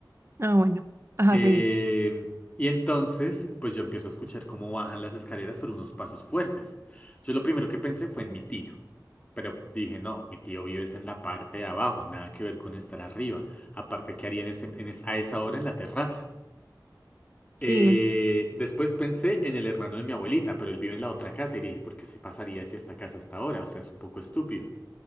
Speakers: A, on the right (about 35°); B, on the left (about 20°).
A: Ah, bueno. Ajá,
B: Eh,
A: seguí.
B: y entonces, pues yo empiezo a escuchar cómo bajan las escaleras por unos pasos fuertes. Yo lo primero que pensé fue en mi tío, pero dije, no, mi tío vive es en la parte de abajo, nada que ver con estar arriba. Aparte, ¿qué haría en ese- en es- a esa hora en la terraza?
A: Sí,
B: Eh, después pensé en el hermano de mi abuelita, pero él vive en la otra casa y dije, ¿por qué se pasaría hacia esta casa hasta ahora? O sea, es un poco estúpido.